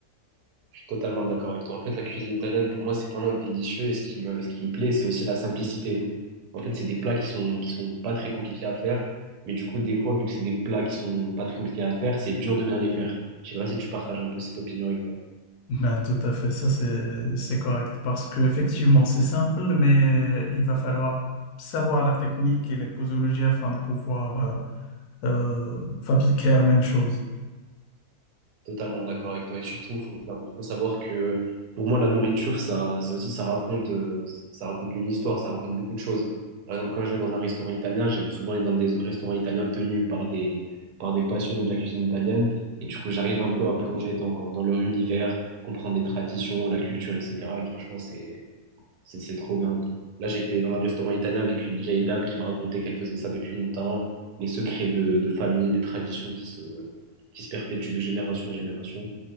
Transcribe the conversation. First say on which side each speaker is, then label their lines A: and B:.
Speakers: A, on the right; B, on the left.
A: Je suis totalement d'accord avec toi. En fait, la cuisine italienne, pour moi, c'est vraiment délicieux. Et ce qui me, ce qui me plaît, c'est aussi la simplicité. En fait, c'est des plats qui sont, qui sont pas très compliqués à faire. Mais du coup, des fois, vu que c'est des plats qui sont pas très compliqués à faire, c'est dur de bien les faire. Je sais pas si tu partages un peu cette opinion avec moi.
B: Ben, tout à fait, ça c'est c'est correct parce que effectivement c'est simple, mais euh, il va falloir savoir la technique et les posologies afin de pouvoir euh, euh, fabriquer la même chose.
A: Totalement d'accord avec toi. Et surtout, il faut, faut savoir que pour moi, la nourriture, ça, ça aussi, ça raconte, euh, ça raconte une histoire, ça raconte beaucoup de choses. Par exemple, quand je vais dans un restaurant italien, j'aime souvent aller dans des restaurants italiens tenus par des, par des passionnés de la cuisine italienne. Et du coup, j'arrive un peu à plonger dans, dans leur univers, comprendre les traditions, la culture, etc. Et franchement, c'est, c'est c'est trop bien. Là, j'étais dans un restaurant italien avec une vieille dame qui me racontait qu'elle faisait ça depuis longtemps, les secrets de, de famille, des traditions qui se, qui se perpétuent de génération en génération.